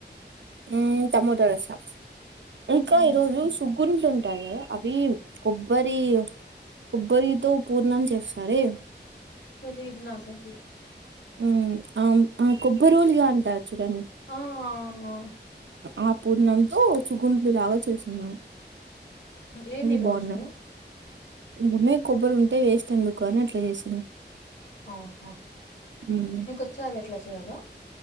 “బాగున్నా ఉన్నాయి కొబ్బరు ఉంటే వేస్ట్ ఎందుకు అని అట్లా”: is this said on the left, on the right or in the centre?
Right